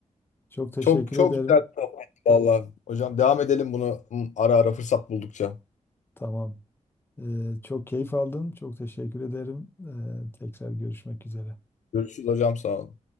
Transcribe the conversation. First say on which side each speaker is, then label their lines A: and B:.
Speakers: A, on the left (about 20°); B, on the left (about 75°).
A: Çok teşekkür
B: Çok çok
A: ederim.
B: güzel bir sohbetti valla. Hocam devam edelim bunu hı, ara ara fırsat buldukça.
A: Tamam. Ee, çok keyif aldım. Çok teşekkür ederim. Ee, tekrar görüşmek üzere.
B: Görüşürüz hocam sağ olun.